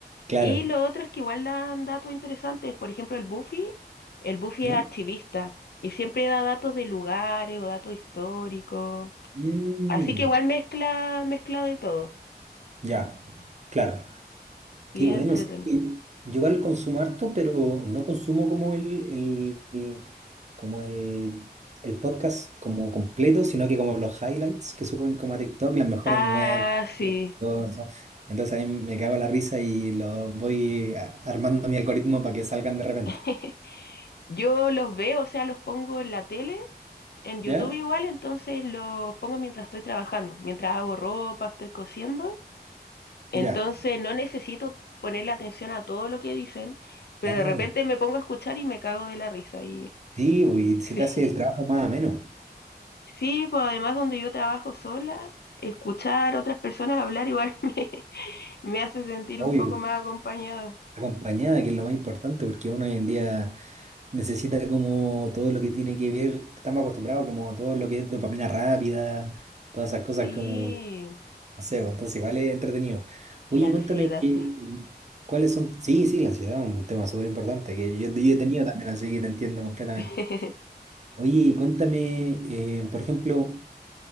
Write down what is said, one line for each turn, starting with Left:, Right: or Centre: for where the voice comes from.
Right: claro,
Left: Y lo otro es que igual dan datos interesantes. Por ejemplo, el Buffy, el Buffy
Right: ¿ya?
Left: es archivista y siempre da datos de lugares o datos históricos.
Right: Mm,
Left: Así que igual mezcla, mezcla de todo.
Right: ya, claro.
Left: Sí,
Right: Qué bueno,
Left: entretenido.
Right: sé que yo igual consumo harto, pero no consumo como el, el- el- como el, el podcast como completo, sino que como los highlights que suben como a TikTok, los mejores
Left: Ah,
Right: momentos.
Left: sí.
Right: todo eso. Entonces ahí me cago en la risa y lo voy a- armando mi algoritmo para que salgan de repente.
Left: <laughs> Yo los veo, o sea, los pongo en la tele. en YouTube
Right: ¿Ya?
Left: igual, entonces los pongo mientras estoy trabajando, mientras hago ropa, estoy cosiendo. Entonces
Right: Ya.
Left: no necesito ponerle atención a todo lo que dicen, pero
Right: Claro.
Left: de repente me pongo a escuchar y me cago de la risa. Y
Right: Sí, bo,
Left: <laughs>
Right: y
Left: sí,
Right: se te hace el trabajo más ameno.
Left: sí, pues además donde yo trabajo sola, escuchar a otras personas hablar igual <laughs> me, me hace sentir
Right: Obvio.
Left: un poco más Mm. acompañada.
Right: Acompañada, que es lo más importante, porque uno hoy en día Necesita como todo lo que tiene que ver, estamos acostumbrados como todo lo que es dopamina rápida, todas esas cosas
Left: Sí,
Right: como, no sé, bueno, entonces igual es entretenido. Oye,
Left: la ansiedad.
Right: cuéntame que, cuáles son, sí, sí, la ansiedad, un tema súper importante que yo, yo he tenido también, así que te entiendo completamente.
Left: <laughs>
Right: Oye, cuéntame, eh, por ejemplo,